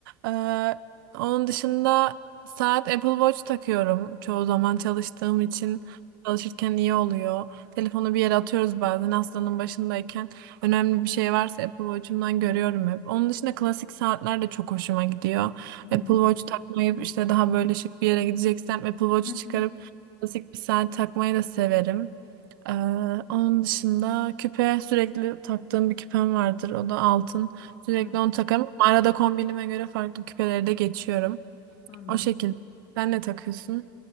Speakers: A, on the right; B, on the left.
A: Ee, onun dışında saat Apple Watch takıyorum. Çoğu zaman çalıştığım için çalışırken iyi oluyor. Telefonu bir yere atıyoruz bazen hastanın başındayken. Önemli bir şey varsa Apple Watch'umdan görüyorum hep. Onun dışında klasik saatler de çok hoşuma gidiyor.
B: Hı,
A: Apple Watch takmayıp işte daha böyle şık bir yere gideceksem Apple Watch
B: hı,
A: çıkarıp klasik bir saat takmayı da severim. Ee, onun dışında küpe sürekli taktığım bir küpem vardır. O da altın. Sürekli
B: hı.
A: onu
B: <laughs>
A: takarım ama arada kombinime göre farklı küpeleri de geçiyorum.
B: Anladım.
A: O şekilde. Sen ne takıyorsun?